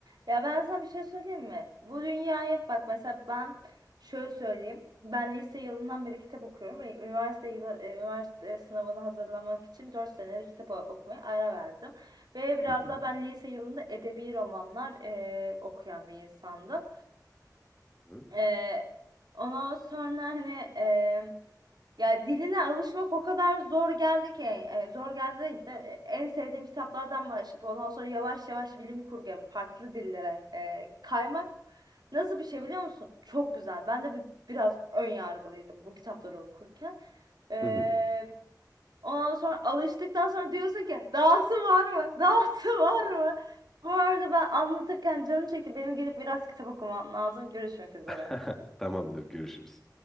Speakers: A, on the right; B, in the centre.
A: Ya ben sana bir şey söyleyeyim mi? Bu dünyaya bak mesela ben şöyle söyleyeyim. Ben lise yılından beri kitap okuyorum ve üniversite yılı, e, üniversite sınavını hazırlamak için 4 senelik kitap o- okumaya ara verdim. Ve biraz
B: Hı hı.
A: da ben lise yılında edebi romanlar e, okuyan bir insandım.
B: Hı hı.
A: Ee, ondan sonra hani e, ya diline alışmak o kadar zor geldi ki e, zor geldi değil de e, en sevdiğim kitaplardan başlayıp ondan sonra yavaş yavaş bilim kurguya farklı dillere e, kaymak nasıl bir şey biliyor musun? Çok güzel. Ben de bir, biraz ön yargılıydım bu kitapları okurken. Ee,
B: Hı hı.
A: ondan sonra alıştıktan sonra diyorsun ki dahası var mı? Dahası var mı? Bu arada ben anlatırken canım çekti. Benim gidip biraz kitap okumam lazım. Görüşmek üzere.
B: <laughs> Tamamdır, görüşürüz.